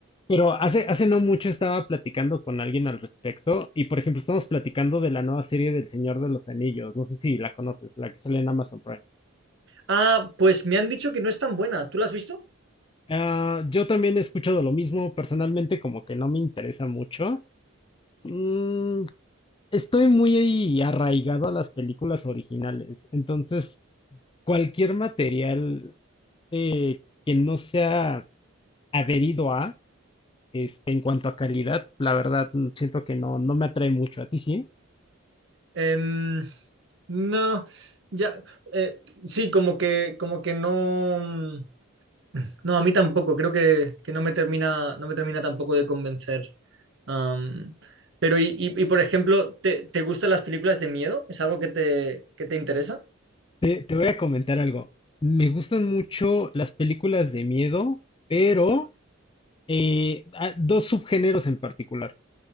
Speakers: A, on the left (about 25°); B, on the right (about 60°).
A: Pero hace, hace no mucho estaba platicando con alguien al respecto y, por ejemplo, estamos platicando de la nueva serie del Señor de los Anillos. No sé si la conoces, la que sale en Amazon Prime.
B: Ah, pues me han dicho que no es tan buena. ¿Tú la has visto?
A: Ah, yo también he escuchado lo mismo, personalmente como que no me interesa mucho. Mm, estoy muy arraigado a las películas originales, entonces cualquier material eh, que no sea adherido a, este, en cuanto a calidad, la verdad mm, siento que no, no me atrae mucho. ¿A ti sí?
B: Em, no, ya, eh, sí, como que, como que no, mm, no, a mí tampoco, creo que, que no me termina, no me termina tampoco de convencer. Am, pero, y, y- y, por ejemplo, ¿te, te gustan las películas de miedo? ¿Es algo que te, que te interesa?
A: Te, te voy a comentar algo. Me gustan mucho las películas de miedo, pero eh, ah, dos subgéneros en particular.